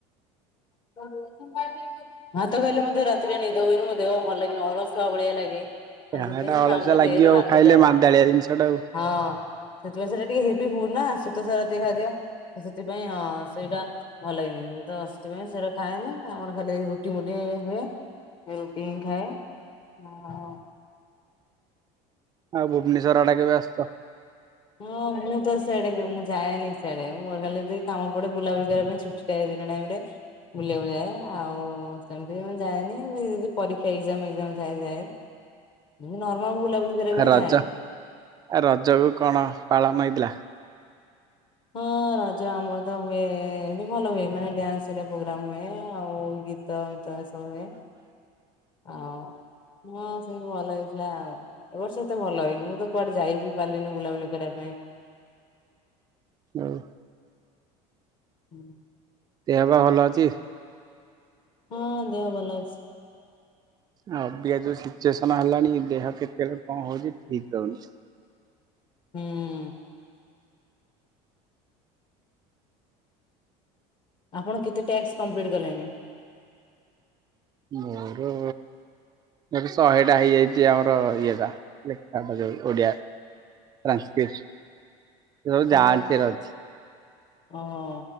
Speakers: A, on the left; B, on the right.
A: କିମ୍ବା ବି <unintelligible> ଭାତ ଖାଇଲେ ମତେ ରାତିରେ ନିଦ ହୁଏନି ମୋ ଦେହ ଭଲ ଲାଗେନି ଅଳସୁଆ ଭଳିଆ ଲାଗେ। ଆଉ
B: ଯାହା
A: ସେଥିପାଇଁ
B: ଟା ଅଳସୁଆ
A: ଆମ
B: ଲାଗିବ
A: ଦେହରେ
B: ଆଉ
A: ଭାତ
B: ଖାଇଲେ
A: ଯାଏନି।
B: ମାନ୍ଦାଳିଆ ଜିନିଷ ଟା ଆଉ
A: ହଁ ସେଥିପାଇଁ ସେଟା ଟିକେ ହେବି ଫୁଡ୍ ନା ଶ୍ୱେତସାର ଜାତୀୟ ଖାଦ୍ୟ। ତ ସେଥିପାଇଁ ହଁ ସେଇଟା ଭଲ ଲାଗନି ତ ଶ୍ ସେଥିପାଇଁ ସେଟା ଖାଏନି ଆମର ଖାଲି ରୁଟି ମୁଟି ହୁଏ ରୁଟି ହିଁ ଖାଏ। ହଁ।
B: ଆଉ ଭୁବନେଶ୍ଵର ଆଡେ କେବେ ଆସୁଚ?
A: ମୁଁ ଆଉ ମୁଁ ତ ସିଆଡେ ବି ମୁଁ ଯାଏନି ସିଆଡେ ମୋର ଖାଲି ଯେତିକି କାମ ପଡେ ବୁଲାବୁଲି କରିବା ପାଇଁ ଛୁ ଟି ଦିନ ଟାଇମରେ ବୁଲିବାକୁ ଯାଏ ଆଉ ସେମିତିରେ ମୁଁ ଯାଏନି ଯଦି କିଛି ପରୀକ୍ଷା ଏକ୍ସାମ୍ ଫେକ୍ସାମ୍ ଥାଏ ଯାଏ ଏମତି ନର୍ମାଲ ବୁଲାବୁଲି କରିବା ପାଇଁ
B: ରଜ
A: ଯାଏନି।
B: ଆ ରଜ କ କଣ ପାଳନ ହେଇଥିଲା?
A: ହଁ ରଜ ଆମର ତ ହୁଏ ଭଲ ହୁଏ ମାନେ ଡ୍ୟାନ୍ସ ପ୍ରୋଗ୍ରାମ ହୁଏ ଆଉ ଗୀ ତମ ତମ ସବୁୁ ହୁଏ ଆଉ ହଁ ସେମତି ଭଲ ହେଇଥିଲା ଆଉ। ଏବ ବର୍ଷ ତ ଭଲ ହେଇନି ମୁଁ ତ କୁଆଡେ ଯାଇ ବିି ପାରିଲିନି ବୁଲାବୁଲି କରିବା ପାଇଁ।
B: <unintelligible>
A: ହୁଁ
B: ଦେହ ପା ଭଲ ଅଛି?
A: ହଁ ଦେହ ଭଲ ଅଛି।
B: ଏବେଆ ଯୋଉ ସିଚୁଏସନ ହେଲାଣି ଦେହ କେତେବେଳେ କଣ ହଉଛି ଠିକ ରହୁନି।
A: ହୁଁ ଆପଣ କେତେ ଟାସ୍ କମ୍ପ୍ଲିଟ୍ କଲେଣି?
B: ମୋର ମର ଶହେ ଟା ହେଇଯାଇଛି ଆମର ଇଏଟା ଲେଖାଟା ଯୋଉ ଓଡିଆ। ସଂସ୍କ ର
A: ଓ
B: ଜାନ୍ତି ରାଛି।
A: ଓହୋ